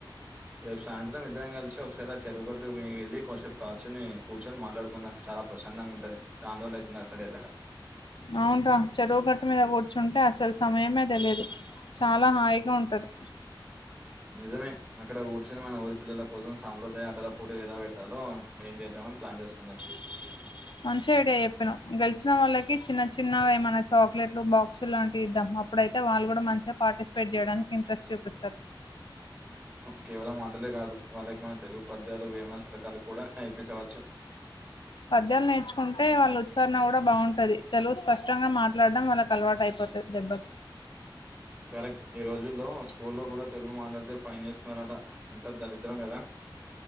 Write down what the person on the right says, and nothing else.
రేపు సాయంత్రం ఇద్దరం కలిసి ఒక ఒకసారి ఆ చెరువు గట్టు మీ వెళ్ళి కొసేపు కాచోని కూర్చొని మాట్లాడుకుందాం చాలా ప్రశాంతంగా ఉంటది చానా రోజు అటు సైడ్ వెళ్ళాక
నిజమే అక్కడ కూర్చొని మన ఊరి పిల్లల కోసం సాంప్రదాయ ఆటల పోటీలు ఏలా పెట్టాలో ఏం చేద్దాం ప్లాన్ చేసుకుందాము
కేవలం ఆటలే కాదు వాళ్ళకి మన తెలుగు పద్యాలు వేమన శతకాలు కూడా నేర్పించవచ్చు.
కరెక్ట్ ఈ రోజుల్లో స్కూల్లో కూడా తెలుగు మాట్లాడితే ఫైన్ వేస్తున్నారట ఎంత దరిద్రం కదా